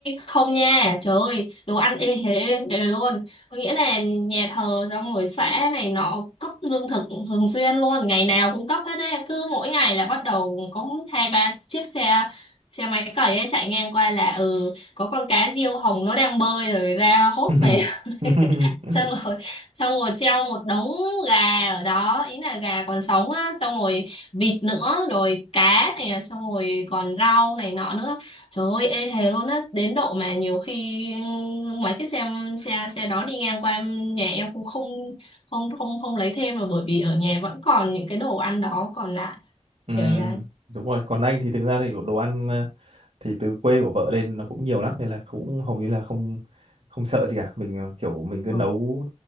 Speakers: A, on the left (about 50°); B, on the right (about 65°).
A: không nha trời ơi đồ ăn ê hề ê hề luôn có nghĩa là nhà thờ xong rồi xã này nọ cấp lương thực thường xuyên luôn ngày nào cũng cấp hết đấy cứ mỗi ngày là bắt đầu có hai ba chiếc xe xe máy cày ấy chạy ngang qua là ừ có con cá diêu hồng nó đang bơi rồi ra hốt
B: <laughs>
A: về <laughs> xong rồi xong rồi treo một đống gà ở đó ý là gà còn sống á xong rồi vịt nữa rồi cá này xong rồi còn rau này nọ nữa trời ơi ê hề luôn á đến độ mà nhiều khi mấy cái xe xe xe đó đi ngang qua em- nhà em cũng không không không không lấy thêm mà bởi vì ở nhà vẫn còn những cái đồ ăn đó còn lại
B: ừ,
A: kiểu vậy
B: đúng rồi. Còn anh thì thực ra thì đồ ăn ờ, thì từ quê của vợ lên nó cũng nhiều lắm nên là cũng hầu như là không không sợ gì cả. Mình ờ, kiểu mình cứ
A: ừ.
B: nấu